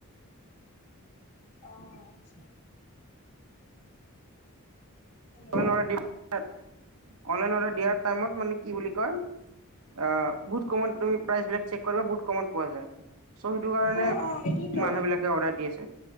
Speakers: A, on the left; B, on the right.
A: আহ আচ্ছা। Hello
B: online order, online order দিয়াৰ টাইমত মানে কি বুলি কয় আহ বহুত কমত তুমি প্ৰাইচ বিলাক চেক কৰিবা বহুত কমত পোৱা যায়। চ কাৰণে
A: অ' অ' সেটোৱেটো,
B: মানুহ বিলাকে অৰ্ডাৰ দি আছে